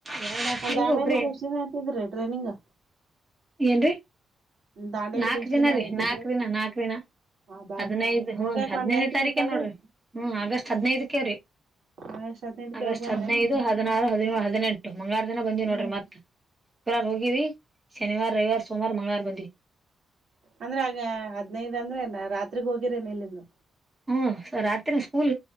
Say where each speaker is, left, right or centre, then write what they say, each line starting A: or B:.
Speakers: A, on the right; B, on the right.
A: ಎರಡ್ ಹಾಸ್ಟೆಲಿಗೂ
B: ಅ ದಾಂಡಲಿ
A: ಒಬ್ರೇ
B: ಜರ್ಸಿನ ಆತಿದ್ರಿ ಟ್ರೈನಿಂಗ್
A: ಏನ್ರೀ
B: ದಾಂಡೇಲಿಗ್
A: ನಾಲ್ಕು
B: ಎಷ್ಟ್
A: ದಿನ ರೀ
B: ಆಯ್ತಿದ್ರಿ
A: ನಾಲ್ಕು ದಿನ ನಾಲ್ಕು ದಿನ
B: ಹ ಬಾಬಾ
A: ಹದನೈದು ಹ್ಮರಿ
B: ಹೋಗ್ಯಾಕ್
A: ಹದನೈನೇ
B: ಒಂದ್ ನೈಟ್
A: ತಾರೀಖೆ
B: ಬೇಕಲ್ರರಿ
A: ನೋಡ್ರಿ ಹ್ಮ್ ಆಗಸ್ಟ್ ಹದ್ನೈದಕವ್ರೀ
B: ಆಗಸ್ಟ್ ಹದ್ನೈದಕ್ಕೆ
A: ಆಗಸ್ಟ್
B: ಹೋಗ್ ಬಂದ್ರೇನ್
A: ಹದ್ನೈದು ಹದಿನಾರು ಹದಿನ ಹದಿನೆಂಟು ಮಂಗಾರ ದಿನ ಬಂದಿವವಿ
B: ಹ್ಮ್
A: ನೋಡ್ರಿ ಮತ್ತತ್ ಇರಾರ ಹೋಗಿವಿ ಶನಿವಾರ ರವಿವಾರ ಸೋಮವಾರ ಮಂಗಳವಾರ ಬಂದಿ
B: ಅಂದ್ರೆ ಆಗ ಹದ್ನೈದ ಅಂದ್ರೆ ನ ರಾತ್ರಿಗ್ ಹೋಗಿರೇ ನಿ ಇಲ್ಲಿಂದು
A: ಹ್ಮ್ ಸ ರಾತ್ರಿ ಸ್ಕೂಲ್